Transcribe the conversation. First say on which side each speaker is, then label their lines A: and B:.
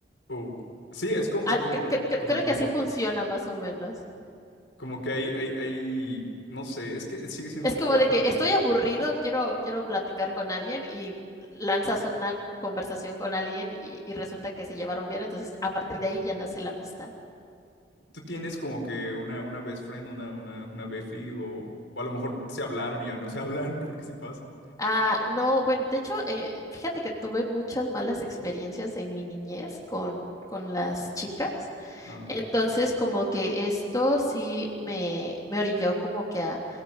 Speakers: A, on the left (about 85°); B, on the left (about 20°).
A: O- sí, es como,
B: Al-
A: es como
B: cre-
A: que
B: cre- cre-
A: toma
B: creo
A: tiempo.
B: que así funciona más o menos.
A: Como que hay, hay, hay, no sé, es que sigue siendo
B: Es
A: un poco
B: como
A: raro.
B: de que estoy aburrido, quiero, quiero platicar con alguien y lanzas una conversación con alguien y, y resulta que se llevaron bien, entonces a partir de ahí ya nace la amistad.
A: ¿Tú tienes como que una, una best friend, una, una, una befi o, o a lo mejor se hablaron y ya no se <laughs> hablan porque sí pasa?
B: Ah, no, bueno, de hecho, eh, fíjate que tuve muchas malas experiencias en mi niñez con, con las chicas.
A: Ajá.
B: Entonces, como que esto sí me, me orilló como que a,